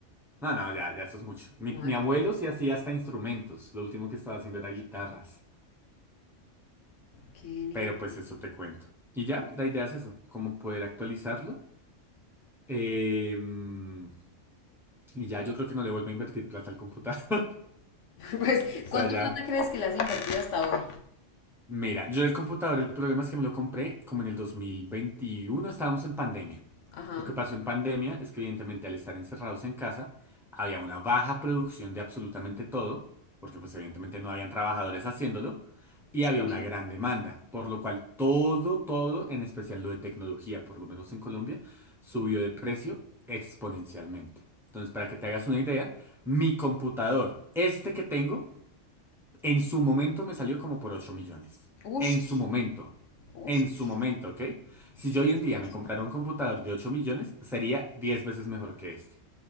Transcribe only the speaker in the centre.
No, no, ya, ya eso es mucho. Mi,
mi
abuelo sí hacía hasta instrumentos, lo último que estaba haciendo era guitarras,
pero pues
eso te cuento. Y ya, la idea es eso, como poder actualizarlo. Em, y ya yo creo que no le vuelvo a invertir plata al computador.
sea,
ya.
Mira, yo el computador, el problema es que me lo compré como en el 2021 estábamos en pandemia.
Lo que pasó en pandemia es que evidentemente al estar encerrados en casa, había una baja producción de absolutamente todo, porque pues evidentemente no habían trabajadores haciéndolo, y
había una gran demanda, por lo cual todo, todo, en especial lo de tecnología, por lo menos en Colombia, subió de precio exponencialmente. Entonces, para que te hagas una idea, mi computador, este que tengo, en su momento me salió como por 8 millones.
En su momento.
En su momento, ¿ok? Si
yo hoy
en día
me comprara un computador de 8 millones, sería 10 veces mejor que este.